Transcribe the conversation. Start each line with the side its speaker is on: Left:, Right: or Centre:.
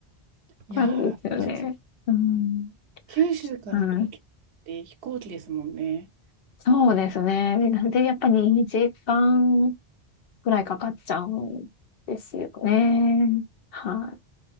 Left: <laughs>
Right: いやー、
Left: 感じですよね。
Right: そうですよ
Left: うん。
Right: ね。九州から東京って飛行機ですもんね。
Left: はい。そうですね。でなんで、やっぱり2時間ぐらいかかっちゃうんですよね。
Right: うん
Left: はい。